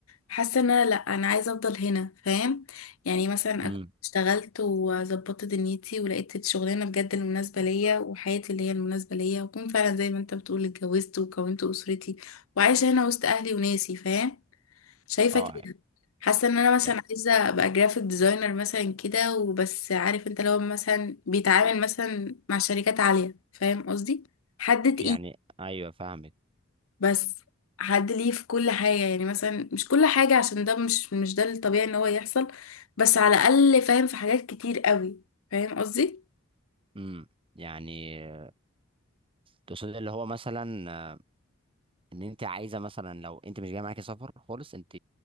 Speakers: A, on the left; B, on the right.
A: حاسة إن أنا لأ أنا عايزة أفضل هنا فاهم يعني مثلا
B: امم
A: أكون اشتغلت وظبطت دنيتي ولقيت الشغلانة بجد المناسبة ليا وحياتي اللي هي المناسبة ليا وأكون فعلا زي ما أنت بتقول اتجوزت وكونت أسرتي وعايشة هنا وسط أهلي وناسي فاهم شايفه
B: اه
A: كده حاسه ان انا مثلا
B: يعني
A: عايزه ابقى جرافيك ديزاينر مثلا كده وبس عارف انت لو مثلا بيتعامل مثلا مع شركات عاليه فاهم قصدي حد تقيل
B: يعني- ايوه فاهمك
A: بس حد ليه في كل حاجه يعني مثلا مش كل حاجه عشان ده مش مش ده الطبيعي ان هو يحصل بس على الاقل فاهم في حاجات كتير قوي فاهم قصدي
B: امم يعني آه، تقصد اللي هو مثلا آه، ان انت عايزه مثلا لو انت مش جاي معاكي سفر خالص انت